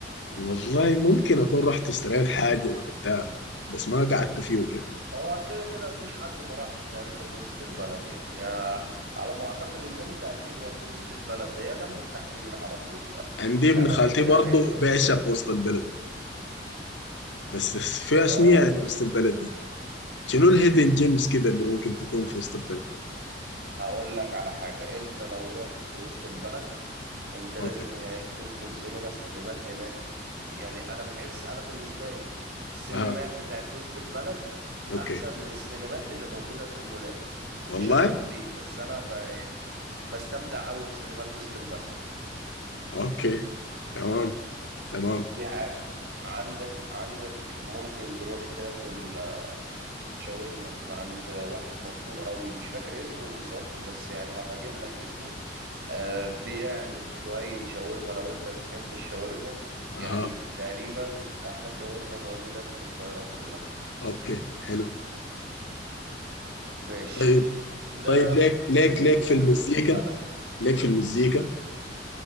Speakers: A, on the left (about 85°); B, on the right (about 60°).
A: والله ممكن اكون رحت اشتريت حاجة ولا بتاع بس ما قعدت فيه وكده
B: هو كده كده مفيش حد ما راحش تقريبا وسط البلد يعني آه، على ما اعتقد ان انت اكيد رحت وسط البلد ده هي جنب التحرير على طول
A: عندي ابن
B: فالاماكن
A: خالتي
B: فيها
A: برضه
B: حلوه
A: بيعشق
B: كده
A: وسط البلد بس فيها شنو
B: اه
A: يعني
B: وسط
A: وسط البلد
B: ال-
A: دي شنو الهيدن جيمز كده اللي
B: بص
A: ممكن تكون في وسط البلد
B: هقول لك على حاجه انت لو رحت وسط البلد انت لازم
A: اوكي
B: هناك تدخل سينما سينمات هناك يعني انا بحس انا بالنسبه لي السينمات
A: اها
B: بتاعت وسط البلد
A: اوكي
B: احسن من السينمات اللي موجوده في المولات
A: والله
B: مش عارف ليه بس انا ب... يعني بستمتع قوي في سينمات وسط البلد
A: اوكي تمام تمام
B: دي حاجه عندك عندك ممكن تروح تاكل شاورما من عند واحد مشهور قوي مش فاكر اسمه بالظبط بس يعني هبقى اجيب لك اسمه آه بيعمل شويه شاورما لو انت بتحب الشاورما
A: اها
B: يعني تقريبا احلى شاورما موجوده في القاهره كلها
A: اوكي حلو
B: ماشي
A: طيب
B: ده
A: طيب ليك ليك
B: بالنسبة
A: ليك في المزيكا
B: لي وسط البلد
A: ليك في المزيكا